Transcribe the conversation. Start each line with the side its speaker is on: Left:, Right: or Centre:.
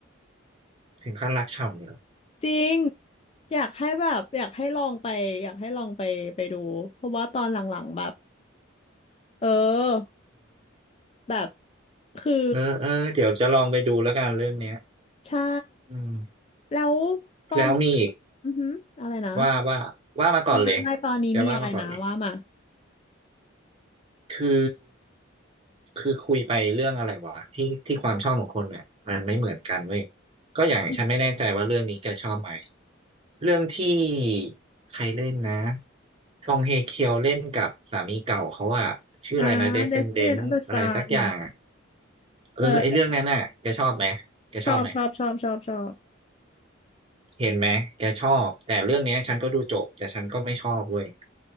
Right: ถึงขั้นรักเฉ่เนยเ
Left: ำจริงอยากให้แบบอยากให้ลองไปอยากให้ลองไปไปดูเพราะว่าตอนหลังๆแบบเออแบบคือ
Right: เออเออเดี๋ยวจะลองไปดูแล้วกันเรื่องเนี้ย
Left: ใช่
Right: อืม
Left: แล้วตอนนี้
Right: แล้วมีอีก
Left: อือหืออะไรนะ
Right: ว่าว่าว่ามาก่อนเลย
Left: ไม่ไม่ตอนนี้มีอะไรนะว่ามา
Right: แกว่ามาก่อนเลยคือคือคุยไปเรื่องอะไรวะที่ที่ความชอบของคนเนี่ยมันไม่เหมือนกันเว้ยก็อย่างฉันไม่แน่ใจว่าเรื่องนี้แกชอบไหม
Left: อืม
Right: เรื่องที่ใครเล่นนะซองเฮเคียวเล่นกับสามีเก่าเขาอะชื่ออะไรนะ
Left: อ่า
Right: Descendant
Left: Destiny of the
Right: อะไรสักอย่างอะ
Left: Sun
Right: เออไอเรื่องนั้นน่ะแกชอบไหมแกชอบไหม
Left: เออชอบชอบชอบชอบชอบ
Right: เห็นไหมแกชอบแต่เรื่องเนี้ยฉันก็ดูจบแต่ฉันก็ไม่ชอบเว้ย